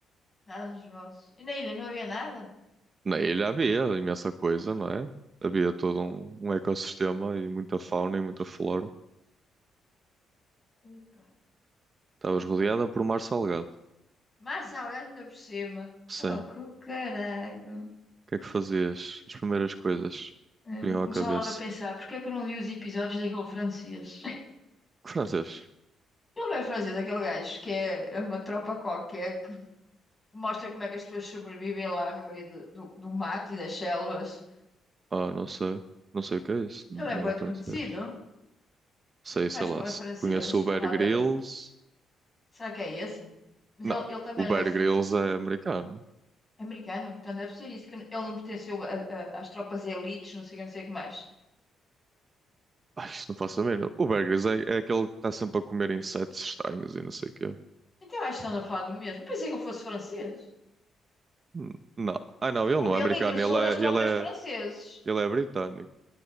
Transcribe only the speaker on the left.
Nada nos vossos. E na ilha não havia nada?
epá,
mar salgado ainda por cima.
Oh,
que caralho.
É,
Começava
logo a pensar, porque é que eu não vi os episódios daquele francês? <laughs>
Ele não é francês, é aquele gajo que é é uma tropa qualquer que mostra como é que as pessoas sobrevivem lá no meio do, do, do mato e das selvas.
Ele
é bué de
conhecido.
Eu acho
que ele
é francês.
É lá
da... Será que é esse? Mas
ele, ele também
não
é assim.
Americano? Então deve ser isso, que ele não pertenceu a- a- às tropas elites, não sei o que, não sei o que mais.
Então acho que estamos a falar do mesmo. Pensei que ele fosse francês.
Ou
ele
ingressou
nas
tropas
franceses.